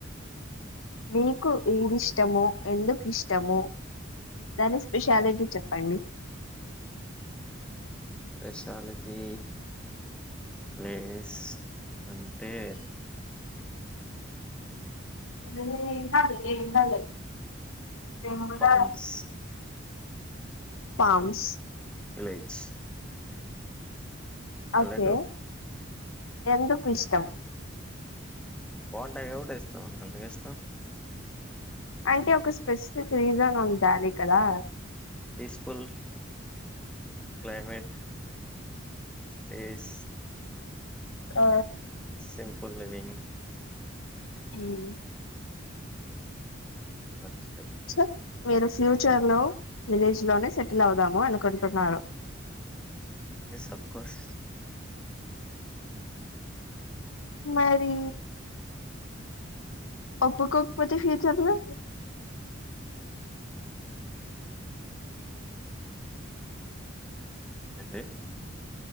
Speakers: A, on the left; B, in the centre.
A: మీకు ఏదిష్టమో ఎందుకు ఇష్టమో దాని స్పెషాలిటీ చెప్ ప్పండి
B: స్పెషాలిటీ ప్లేస్ అంటే
A: <inaudible> దింపుతారు
B: ఫార్మ్స్
A: టామ్స్
B: విలేజ్ పల్లెటూరు
A: ఓకే ఎందుకు ఇష్టం?
B: బావుంటాయి కాబట్టే ఇష్టం ఎందుకు ఇష్టం
A: అంటే ఒక స్పెసిఫిక్ రీజన్ ఉండాలి కదా
B: పీస్ఫుల్ క్లైమెట్ పీస్
A: ఆ
B: simple living
A: hmm
B: that's right
A: so మీరు ఫ్యూచర్ లో విలేజ్ లోనే సెటిల్ అవుదాము అనుకుంటున్నారు.
B: ఎస్ అఫ్కోర్స్
A: మరి ఒప్పుకోకపోతే ఫ్యూచర్ లో
B: ఏంటి?